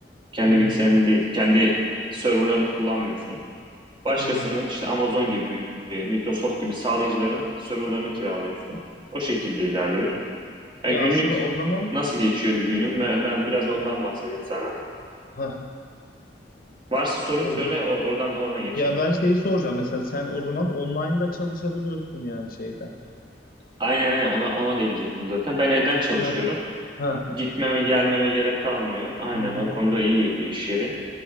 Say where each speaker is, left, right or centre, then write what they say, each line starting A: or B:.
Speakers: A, on the right (about 30°); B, on the left (about 55°).
A: Kendi
B: Hı hı,
A: bilgisayarını değil, kendi serverlarını kullanmıyorsun. Başkasının
B: evet.
A: işte Amazon gibi, Microsoft gibi sağlayıcıların serverlarını kiralıyorsun. O şekilde ilerliyoruz. Yani
B: Ya
A: günlük
B: aslında o zaman
A: nasıl geçiyor bir günüm? Ben, ben biraz ondan bahsedeyim sana.
B: ha
A: Varsa sorun
B: şeyde.
A: söyle oradan ona geçeyim.
B: Ya ben şeyi soracağım mesela sen o zaman online'da çalışabiliyorsun yani şeyde.
A: Aynen aynen ona, ona değinecektim zaten. Ben
B: O
A: evden çalışıyorum.
B: ha ha.
A: Gitmeme gelmeme gerek kalmıyor. Aynen
B: Hı hı,
A: o konuda iyi iş yeri.